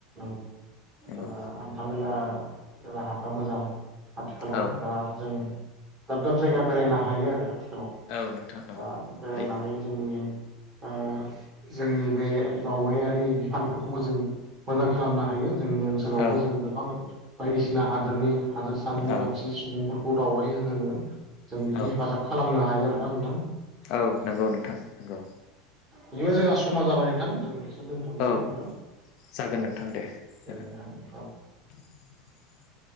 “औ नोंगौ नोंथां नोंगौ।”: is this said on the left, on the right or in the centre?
Left